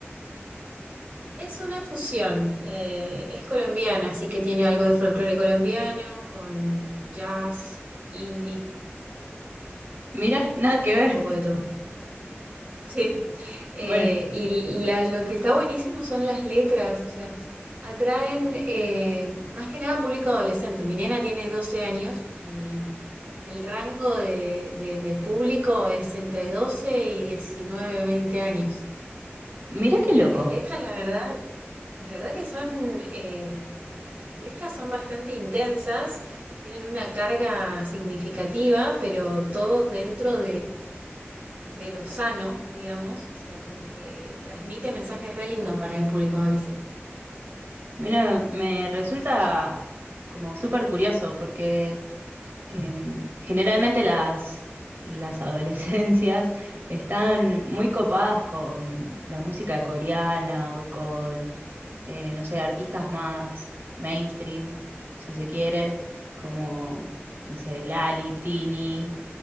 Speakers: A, on the right; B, on the right.
A: Es una fusión, eh, es colombiana, así que tiene algo de folclore colombiano con jazz, indie,
B: Mira, <laughs> nada que
A: tiene
B: ver.
A: un poco
B: <laughs>
A: de todo. Sí, eh,
B: Bueno,
A: y la- lo que está buenísimo son las letras, o sea, atraen eh, más que nada público adolescente. Mi nena tiene 12 años y el rango de, de- de público es entre 12 y 19 20 años.
B: mira
A: Y
B: qué loco.
A: las letras, la verdad, la verdad que son, eh, las letras son bastante intensas, tienen una carga significativa, pero todo dentro de lo sano, digamos, o sea, como que transmite mensajes re lindos para el público adolescente.
B: Mira, me resulta como súper curioso porque Em, generalmente las, las adolescencias están muy copadas con la música coreana o con, eh, no sé, artistas más mainstream, si se quiere, como, no sé, Lali, Tini,